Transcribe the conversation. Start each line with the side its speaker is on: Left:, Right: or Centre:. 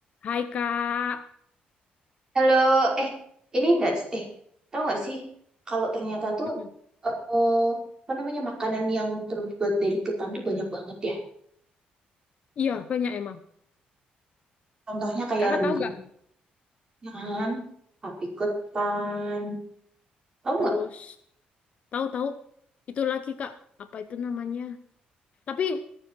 Left: Hai Kak.
Right: Halo, eh, ini enggak, eh, tahu nggak sih, kalau ternyata tuh,
Left: Apa?
Right: eh, apa namanya, makanan yang terbuat dari ketan tuh banyak banget ya.
Left: Iya, banyak emang.
Right: Contohnya kayak
Left: Kakak
Right: rengginang,
Left: tahu nggak?
Right: ya kan, tapi ketan, tahu
Left: Terus
Right: nggak?
Left: tahu-tahu itu lagi Kak, apa itu namanya? Tapi